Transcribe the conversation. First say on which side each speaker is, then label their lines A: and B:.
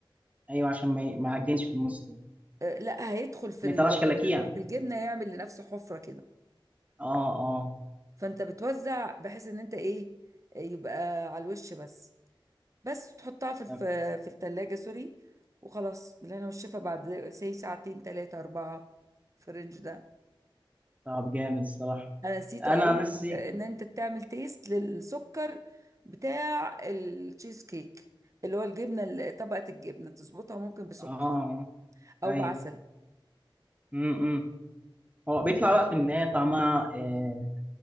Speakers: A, on the right; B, on the right.
A: أيوة، عشان ما ي- ما يعجنش في النص كده.
B: آه، لا هيدخل في
A: ما
B: ال-
A: يطلعش كلاكيع
B: في الجبنة يعمل لنفسه حفرة كده
A: اه اه
B: فانت بتوزع بحيث ان انت ايه آه، يبقى على الوش بس بس تحطها في الف...
A: طب
B: في التلاجة سوري وخلاص بالهنا والشفا بعد سي ساعتين تلاتة أربعة في الرينج ده
A: طب جامد الصراحه
B: انا نسيت
A: انا
B: اقول
A: عن
B: لك
A: نفسي
B: ان انت تعمل تيست للسكر بتاع التشيز كيك اللي هو الجبنه اللي- طبقه الجبنه تظبطها ممكن بسكر
A: اه
B: او
A: ايوه
B: بعسل
A: امم هو بيطلع بقى في النهايه طعمها آه